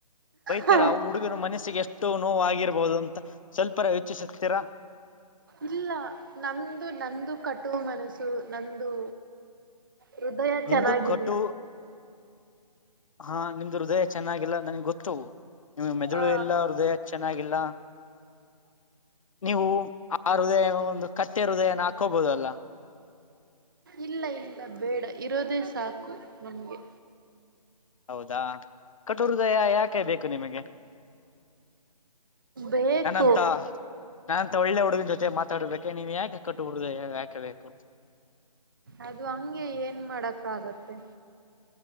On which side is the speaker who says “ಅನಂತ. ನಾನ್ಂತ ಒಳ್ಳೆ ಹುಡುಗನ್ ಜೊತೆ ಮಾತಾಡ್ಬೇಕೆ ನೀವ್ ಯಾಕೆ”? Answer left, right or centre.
Left